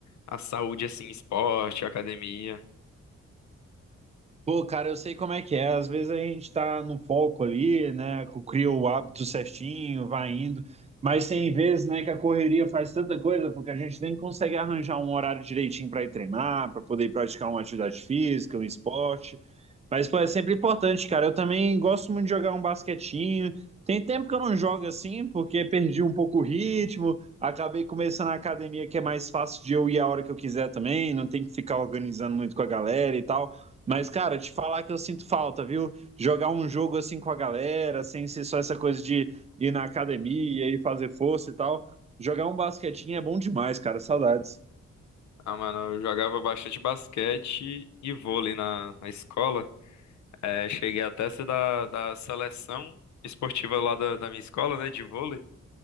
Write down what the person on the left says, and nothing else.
à saúde, assim, esporte, academia.
Ah, mano, eu jogava bastante basquete e vôlei na, na escola. É, cheguei até a ser da, da seleção esportiva lá da, da minha escola, né, de vôlei.